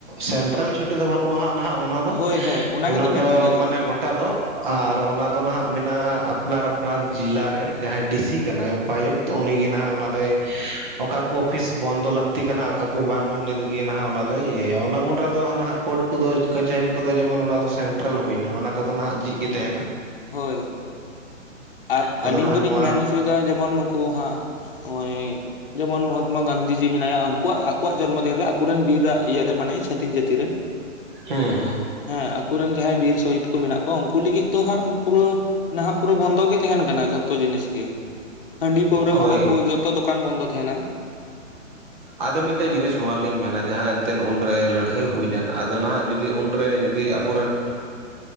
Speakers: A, on the right; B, on the left.
A: ᱥᱮᱱᱴᱨᱟᱞ ᱪᱷᱩᱴᱤ ᱫᱚ ᱵᱟᱹᱱᱩᱜᱼᱟ ᱦᱟᱸᱜ ᱱᱟᱦᱟᱜ ᱚᱱᱟ ᱫᱚ
B: ᱦᱳᱭ ᱦᱮᱸ
A: ᱚᱱᱟ
B: ᱜᱮᱞᱤᱧ ᱢᱮᱱ
A: ᱫᱚ
B: ᱦᱚᱪᱚᱭᱮᱫᱟ ᱟᱹᱞᱤᱧ
A: ᱢᱟᱱᱮ ᱜᱚᱴ ᱟᱫᱚᱜ ᱟᱨ ᱚᱱᱟ ᱫᱚ ᱱᱟᱦᱟᱜ ᱢᱮᱱᱟᱜᱼᱟ ᱟᱯᱱᱟᱨ <unintelligible> ᱡᱤᱞᱟᱮ ᱡᱟᱦᱟᱸᱭ ᱰᱤᱥᱤ ᱠᱟᱱᱟᱭ ᱩᱯᱟᱭᱩᱛ ᱩᱱᱤ ᱜᱮ ᱱᱟᱦᱟᱜ ᱚᱱᱟ ᱫᱚᱭ ᱚᱠᱟ ᱠᱚ ᱚᱯᱷᱤᱥ ᱵᱚᱱᱫᱚ ᱞᱟᱹᱠᱛᱤ ᱠᱟᱱᱟ ᱚᱠᱟ ᱠᱚ ᱵᱟᱝ ᱩᱱᱤ ᱜᱮ ᱱᱟᱦᱟᱜ ᱚᱱᱟ ᱫᱚᱭ ᱤᱭᱟᱹᱭᱟ ᱚᱱᱟ ᱩᱱ ᱨᱮ ᱫᱚ ᱱᱟᱦᱟᱜ ᱠᱳᱴ ᱩᱱᱠᱩ ᱫᱚ ᱠᱟᱪᱷᱟᱹᱨᱤ ᱠᱚ ᱫᱚ ᱡᱮᱢᱚᱱ ᱚᱱᱟ ᱫᱚ ᱥᱮᱱᱴᱨᱟᱞ ᱦᱩᱭ ᱱᱟ ᱚᱱᱟ ᱠᱚ ᱫᱚ ᱱᱟᱜ ᱡᱷᱤᱡᱽ ᱜᱮ ᱛᱟᱦᱮᱱᱟ᱾
B: ᱦᱳᱭ ᱟᱨ
A: ᱟᱫᱚ
B: ᱟᱹᱞᱤᱧ
A: ᱱᱟᱦᱟᱜ
B: ᱫᱚᱞᱤᱧ
A: ᱱᱚᱣᱟ
B: ᱢᱮᱱ ᱚᱪᱩᱭ ᱮᱫᱟ ᱡᱮᱢᱚᱱ ᱱᱩᱠᱩ ᱦᱟᱸᱜ ᱱᱚᱜᱼᱚᱭ ᱡᱮᱢᱚᱱ ᱢᱚᱦᱟᱛᱢᱟ ᱜᱟᱱᱰᱷᱤ ᱡᱤ ᱢᱮᱱᱟᱭᱟ ᱩᱱᱠᱩᱣᱟᱜ ᱟᱠᱚᱣᱟᱜ ᱡᱚᱱᱢᱚ ᱫᱤᱱ ᱨᱮ ᱟᱠᱩ ᱨᱮᱱ ᱵᱤᱨ ᱟᱜ ᱤᱭᱟᱹ ᱨᱮ ᱢᱟᱱᱮ ᱪᱷᱟᱹᱛᱤᱠ ᱡᱟᱹᱛᱤ ᱨᱮ
A: ᱦᱮᱸ ᱦᱮᱸ
B: ᱦᱮᱸ ᱟᱠ ᱩᱱᱠᱩ ᱨᱮᱱ ᱡᱟᱦᱟᱸᱭ ᱵᱤᱨ ᱥᱚᱦᱤᱫ ᱠᱚ ᱢᱮᱱᱟᱜ ᱠᱚᱣᱟ ᱾ᱩᱱᱠᱩ ᱞᱤᱜᱤᱫ ᱫᱚ ᱦᱟᱸᱜ ᱯᱩᱨᱟᱹ ᱱᱟᱦᱟᱜ ᱯᱩᱨᱟᱹ ᱵᱚᱱᱫᱚ ᱜᱮ ᱛᱟᱦᱮᱱ ᱠᱟᱱᱟ ᱡᱚᱛᱚ ᱡᱤᱱᱤᱥ ᱜᱮ ᱦᱟᱺᱰᱤ ᱯᱟᱹᱣᱨᱟᱹ
A: ᱦᱳᱭ
B: ᱦᱚᱸ ᱵᱟᱠᱚ ᱡᱚᱛᱚ ᱫᱚᱠᱟᱱ ᱵᱚᱱᱫᱚ ᱛᱟᱦᱮᱱᱟ᱾
A: ᱟᱫᱚ ᱢᱤᱫ ᱴᱮᱡᱽ ᱡᱤᱱᱤᱥ ᱱᱚᱣᱟ ᱨᱮᱞᱤᱧ ᱢᱮᱱᱟ ᱡᱟᱦᱟᱸ ᱮᱱᱛᱮᱫ ᱩᱱᱨᱮ ᱞᱟᱹᱲᱦᱟᱹᱭ ᱦᱩᱭ ᱞᱮᱱ ᱟᱫᱚ ᱱᱟᱦᱟᱜ ᱡᱩᱫᱤ ᱩᱱ ᱨᱮ ᱡᱩᱫᱤ ᱟᱵ ᱟᱵᱩ ᱨᱮᱱ